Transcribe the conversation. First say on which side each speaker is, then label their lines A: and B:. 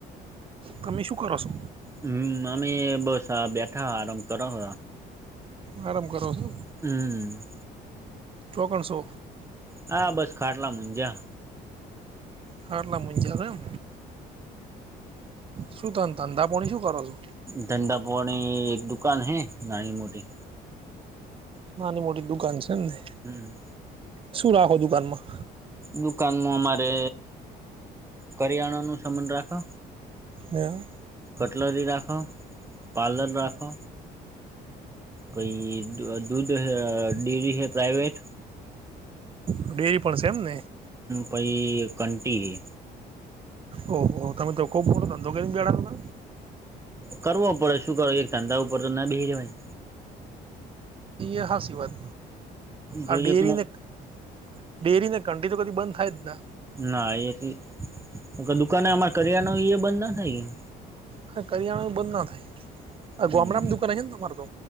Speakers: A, on the right (about 30°); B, on the right (about 15°).
A: તમે શું કર છો?
B: હમ અમે બસ આ બેઠા આરામ કરાવ.
A: આરામ કરો છો?
B: હમ.
A: ચોગણસો.
B: હા બસ ખાટલા મુજા.
A: આાટલા મજા એમ, શું ત ધંધાપણી શું કરો છો?
B: ધંડાપોરણી એક દુકાન હૈ નાની મોટી.
A: નાની મોટી દુકાન છે એમ ને.
B: હમ.
A: શું રાખો દુકાનમાં?
B: દુકાનમાં અમારે કરિયાણાનું સમાન રાખો.
A: એમ.
B: કટલરી રાખો, પાર્લર રાખો. કોઈ દૂધ ડેરી હૈ પ્રઇવેટ.
A: ડેરી પણ છેમને.
B: પઈ ઘંટી હતી.
A: ઓહ તમે તો ખુબ મોટો ધંધો કરી ગળો હતો.
B: કરવો પડે શું કરો એક ધંધા ઉપર તો ના બે રવાય.
A: એ હાસિ વાત,
B: જોઈ
A: આ ડેરીને
B: એક
A: ડેરીને ઘંટી તો કી બંધ થાય જ ને.
B: ના એથી દુકાને અમારે કરિયાનુ એ બંધ ના થાય એમ.
A: હા કરિયાણુ બંધ નો થાય.
B: હમ
A: આ ગોમડામાં દુકાન આઈ હે તમારે તો.